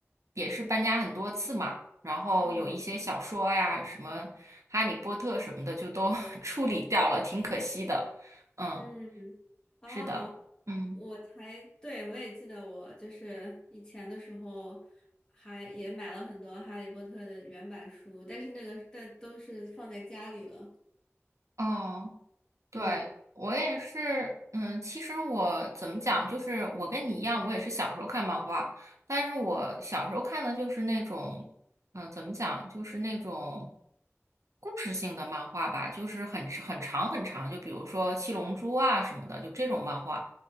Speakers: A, on the right; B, on the left.
A: 也是搬家很多次嘛，然后有一些小说呀，
B: 嗯
A: 什么《哈利波特》什么的，就都 <laughs> 处理掉了，挺可惜的。嗯，
B: 嗯，哦，
A: 是的，嗯，
B: 我还，对，我也记得我就是以前的时候还也买了很多《哈利波特》的原版书，但是那个但都是放在家里了。
A: 哦。对，
B: 嗯
A: 我也是，嗯，其实我怎么讲，就是我跟你一样，我也是小时候看漫画，但是我小时候看的就是那种，嗯、怎么讲，就是那种故事性的漫画吧，就是很很长很长，就比如说《七龙珠》啊什么的，就这种漫画。